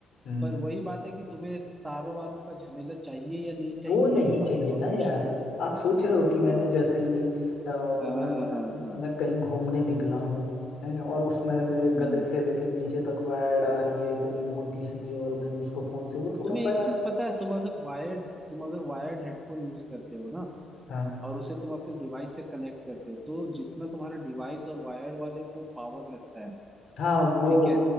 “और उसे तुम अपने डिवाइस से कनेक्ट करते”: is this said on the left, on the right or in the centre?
Right